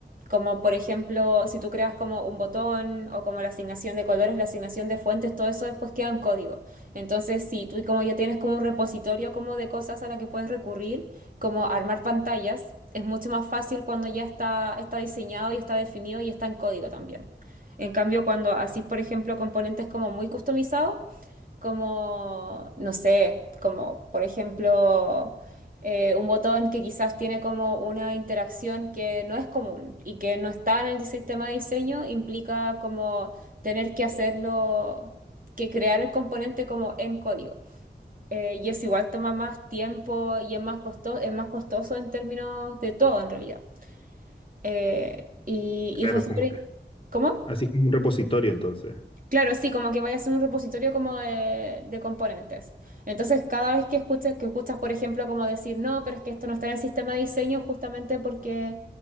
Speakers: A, on the right; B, on the left.
A: Como por ejemplo, si tú creas como un botón o como la asignación de colores, la asignación de fuentes, todo eso después queda en código. Entonces, si tú como ya tienes como un repositorio como de cosas a la que puedes recurrir, como armar pantallas, es mucho más fácil cuando ya está, está diseñado y está definido y está en código también. En cambio, cuando haces, por ejemplo, componentes como muy customizados, como, no sé, como por ejemplo eh, un botón que quizás tiene como una interacción que no es común y que no está en el sistema de diseño, implica como tener que hacerlo, que crear el componente como en código. Eh, y es igual toma más tiempo y es más costoso, es más costoso en términos de todo en realidad. Eh, y,
B: Claro,
A: y fue súper...
B: como que.
A: ¿Cómo?
B: Así como un repositorio, entonces.
A: Claro, sí, como que vaya a ser un repositorio como de, de componentes. Entonces, cada vez que escuches, que escuchas, por ejemplo, como decir, no, pero es que esto no está en el sistema de diseño, justamente porque,